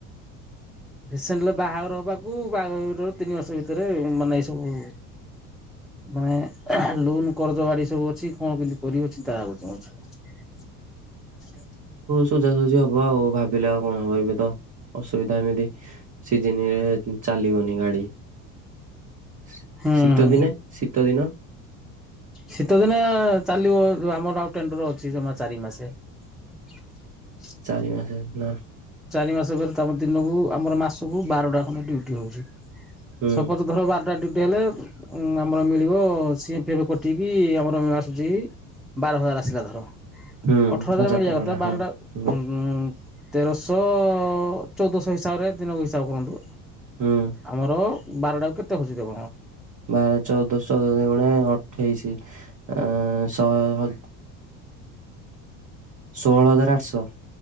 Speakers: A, in the centre; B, on the right.
A: ରିସେଣ୍ଟଲି ବାହାଘର ହବାକୁ ବାହାଘରରୁ ତିନି ମାସ ଭିତରେ ମାନେ ଏଇ ସବୁ ମାନେ ଲୋନ୍ କରଜ ବାଡ଼ି ସବୁ ଛି କଁ କେନ୍ତି କରିବ ଚିନ୍ତା ଆଗୁଚି ମଝିର।
B: ସୁଜାସୁଜିି ହବ ଆଉ ଭାବିଲେ ଆଉ କଣ ହବ ଏବେ ତ ଅସୁବିଧା ଏମିତି ସିଜିନ୍ ରେ ଚାଲିବନି ଗାଡ଼ି। ଶ୍
A: ହୁଁ
B: ଶୀତ ଦିନେ ଶୀତ ଦିନ?
A: ଶୀତ ଦିନେ ଚାଲିବ ଏ ଆମର ଆଉ ଟେଣ୍ଡର୍ ଅଛି ଜମା ଚାରି ମାସେ। ହ <inaudible>
B: ଚାରି ମାସେ ନାଁ?
A: ଚାରି ମାସ ପରେ ତମର ଦିନକୁ ଆମର ମାସକୁ ବାରଟା ଖଣ୍ଡେ ଡ଼ିଉଟି ରହୁଚି।
B: ହୁଁ।
A: ସପୋଜ ଧର ବାରଟା ଡ୍ୟୁଟି ହେଲେ ଆମର ମିଳିବ ସିଏ ସିପ କଟି ଠିକ୍ ଆମର ଆସୁଚି ବାର ହଜାର ଆସିଲା ଧର।
B: ହୁଁ
A: ଅଠର ହଜାର ମିଳିବା
B: ଟଙ୍କା
A: କଥା
B: ଭଳିଆ
A: ବାର
B: ହଁ ହୁଁ
A: ଉଁ ତେରଶହ ଚଉଦଶହ ହିସାବରେ ଦିନକୁ ହିସାବ କରନ୍ତୁ।
B: ହୁଁ
A: ଆମର ବାରଟାକୁ କେତେ ହୋଉଚି ଯେ
B: ବାର ଚଉଦ ଶହ ଦୁ ଗୁଣେ ଅଠେଇଶି ଅଁ ଶହେ ହ ଷୋହଳ ହଜାର ଆଠଶହ।